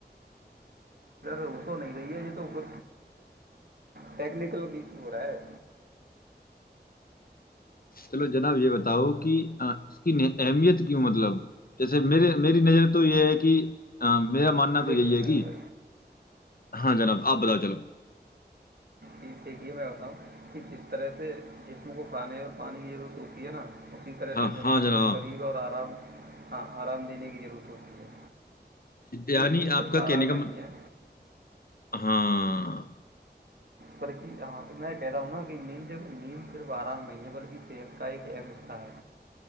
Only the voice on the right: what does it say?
وہ تو نہیں رہی ہے یہ تو ٹیکنیکل ایشو ہو رہا ہے
دیکھیے
میں
ہو رہا
دیک دیکھیے میں بتا ہوں کہ جس طرح سے جسم کو کھانے اور پانی کی ضرورت ہوتی ہے نا اسی طرح
سے دماغ
کو شریر اور آرام ہاں آرام دینے کی ضرورت ہوتی ہے
نیند صرف
آرام
نہیں ہے
بلکہ ہاں میں کہہ رہا ہنا کہ نیند نیند صرف آرام میں ہے بلکہ صحت کا ایک اہم حصہ ہے